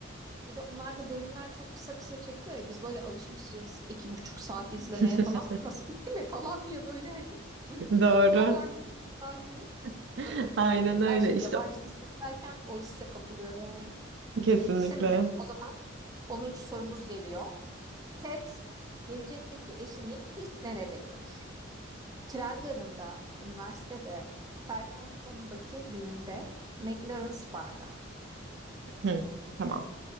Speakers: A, on the right; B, on the right.
A: Bir de onlarda bölümler çok kısa kısa çekiliyor ya biz böyle alışmışız iki buçuk saat izlemeye
B: <laughs>
A: falan. Nasıl bitti mi falan diye böyle hani bölüm bitti
B: Doğru.
A: mi bu kadar mıydı falan diye.
B: <laughs>
A: Böyle
B: Aynen
A: insan
B: öyle
A: şey
B: işte
A: yabancı dizi izlerken o hisse kapılıyor yani.
B: kesinlikle.
A: Şimdi o zaman onuncu sorumuz geliyor. Ted gelecekteki eşini ilk nerede görür? Tren garında, üniversitede, Ferhampton'daki düğünde, McLaren's Bar'da.
B: Hı, tamam.